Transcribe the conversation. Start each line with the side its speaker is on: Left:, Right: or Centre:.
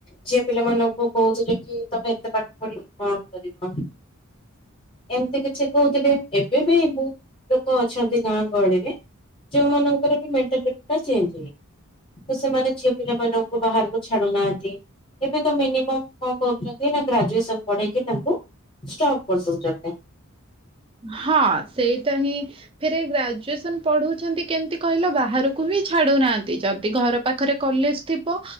Left: ଝିଅ ପିଲାମାନଙ୍କୁ କୋଉଥୁଲେ କି ତମେ ଏତେ ପାଠ ପଢିକି କଣ କରିବ ଏମତି କିଛି କହୁଥୁଲେ। ଏବେ ବି ବୋହୁତ ଲୋକ ଅଛନ୍ତି ଗାଁ ଗହଳିରେ ଯୋଉମାନଙ୍କର ବି ମେଣ୍ଟାଲିଟିଟା ଚେଞ୍ଜ ହେଇ ତ ସେମାନେ ଝିଅ ପିଲାମାନଙ୍କୁ ବାହାରୁକୁ ଛାଡୁନାହାନ୍ତି ଏବେ ତ ମିନିମମ୍ କଁ କରୁଚନ୍ତି ନାଁ ଗ୍ରାଜୁଏସନ ପଢେଇକି ତାଙ୍କୁ ଷ୍ଟପ୍ କରଦୋଉଚନ୍ତି।
Right: ହଁ ସେଇଟା ହିଁ ଫେରେ ଗ୍ରାଜୁଏସନ୍ ପଢ଼ଉଛନ୍ତି କେମତି କହିଲ ବାହାରୁକୁ ହିଁ ଛାଡ଼ୁନାହାନ୍ତି ଯଦି ଘର ପାଖରେ କଲେଜ ଥିବ